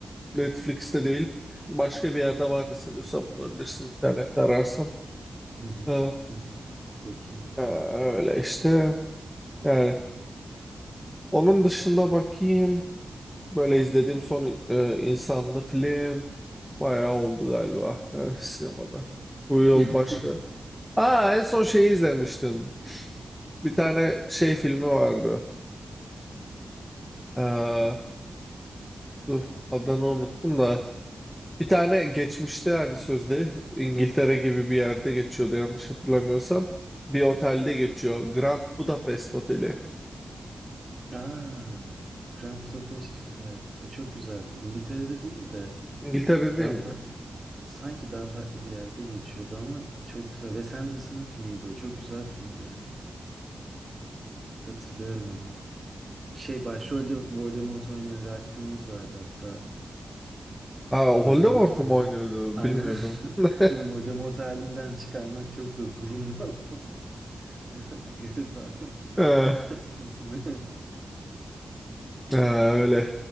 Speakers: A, in the centre; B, on the right.
A: Netflix'te değil başka bir yerde vardı sanıyorsam bulabilirsin internette ararsan.
B: Hı hı.
A: E,
B: Hı hı. Bakayım abi
A: e,
B: ya.
A: öyle işte yani onun dışında bakayım. Böyle izlediğim son e, insanlı film bayağı oldu galiba e, sinemada. Bu yıl
B: <laughs>
A: başka. Aa en son şeyi izlemiştim. Bir tane şey filmi vardı. Ee, dur adını unuttum da. Bir tane geçmişte hani sözde İngiltere gibi bir yerde geçiyordu yanlış hatırlamıyorsam. Bir otelde geçiyor. Grand Budapest Oteli.
B: Aa, Grand Budapest Hotel. O çok güzeldi. İngiltere'de değil de
A: İngiltere'de
B: daha
A: miydi?
B: farklı. Sanki daha farklı bir yerde geçiyordu ama çok güzel. Wes Anderson'ın filmiydi o. Çok güzel filmdi ya. Hatırlıyorum onu. Şey başrolde Voldemort oynayan Ralph Fiennes vardı hatta.
A: Aa
B: Voldemort
A: Voldemort
B: oynuyordu.
A: mu oynuyordu?
B: Aynen.
A: Bilmiyordum.
B: <laughs>
A: <laughs>
B: Tabii Voldemort halinden çıkarmak çok zor. Burundan <laughs> falan. Biraz garip abi.
A: Ee,
B: <laughs> Haklısın yani.
A: Ha, öyle.